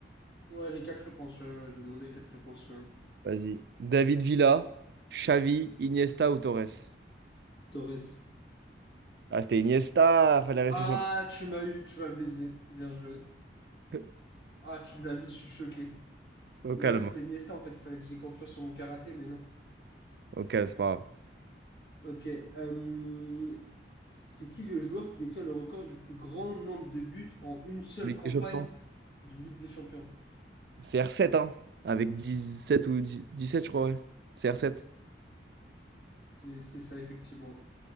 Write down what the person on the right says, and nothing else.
Vas-y. David Villa, Xavi, Iniesta ou Torres?
Ah, c'était Iniesta, fallait rester
sur le.
<laughs>
Au
calme.
Au calme, c'est pas grave.
Ligue
des Champions.
C'est R7, hein? Avec 17 ou 10 17, je crois, ouais. C'est R7.